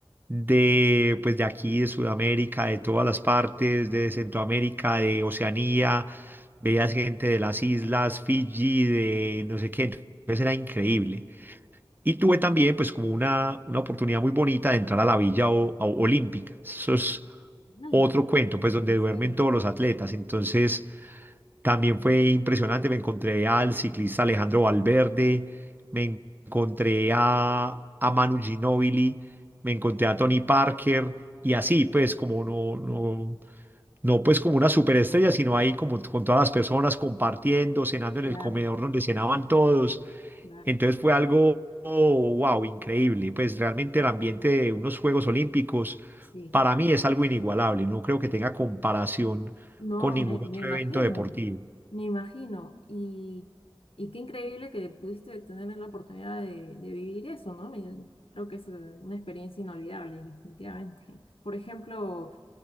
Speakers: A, on the right; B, on the left.
A: de pues de aquí, de Sudamérica, de todas las partes, de Centroamérica, de Oceanía, veías gente de las islas, Fiji, de no sé qué, entonces era increíble. Y tuve también pues como una, una oportunidad muy bonita de entrar a la Villa O- O- Olímpica. Eso es
B: Hala,
A: otro cuento, pues donde
B: en
A: duermen
B: serio.
A: todos los atletas. Entonces también fue impresionante, me encontré al ciclista Alejandro Valverde, me encontré a, a Manu Ginóbili, me encontré a Tony Parker y así, pues como no, no, no pues como una superestrella, sino ahí como con todas las personas compartiendo, cenando en
B: Claro,
A: el comedor donde cenaban todos.
B: claro.
A: Entonces fue algo, wow, increíble. Pues realmente el ambiente de unos Juegos Olímpicos
B: Sí.
A: para mí es algo inigualable, no creo que tenga comparación
B: No,
A: con ningún
B: me, me
A: otro
B: imagino,
A: evento deportivo.
B: me imagino. Y, y qué increíble que pudiste tener la oportunidad de, de vivir eso, ¿no? Me- creo que es eh, una experiencia inolvidable, definitivamente. <laughs> Por ejemplo,